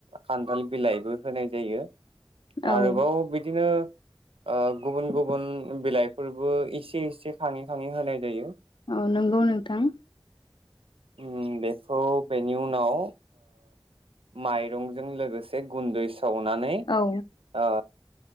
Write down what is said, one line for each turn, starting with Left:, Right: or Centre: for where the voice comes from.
Right: खान्थाल बिलाइबो होनाय जायो
Left: औ
Right: आरोबाव बिदिनो ओ गुबुन गुबुन बिलाइफोरबो इसे एसे खाङै खाङै होनाय जायो
Left: औ नंगौ नोंथां
Right: उम बेखौ बेनि उनाव माइरंजों लोगोसे गुन्दै स सावनानै
Left: औ
Right: ओ